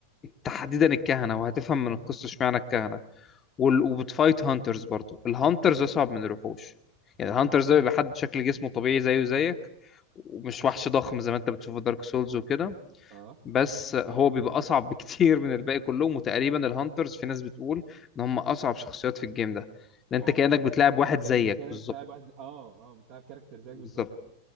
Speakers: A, on the left; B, on the right.
A: تحديدا الكهنة وهتفهم من القصة اشمعنى الكهنة وال- وبتفايت هانترز برضو الهانترز اصعب من الوحوش يعني الهانترز ده بيبقى حد شكل جسمه طبيعي زيه زيك ومش وحش ضخم زي ما انت بتشوفه دارك سولز وكده
B: اه
A: بس هو بيبقى اصعب بكتير من الباقي كلهم وتقريبا الهانترز في ناس بتقول ان هم اصعب شخصيات في الجيم ده
B: واو
A: لان انت كانك بتلعب واحد زيك
B: يعني انت كانك
A: بالظبط
B: بتلعب واحد اه اه بتلعب كاركتر زيك
A: بالظبط
B: بالظبط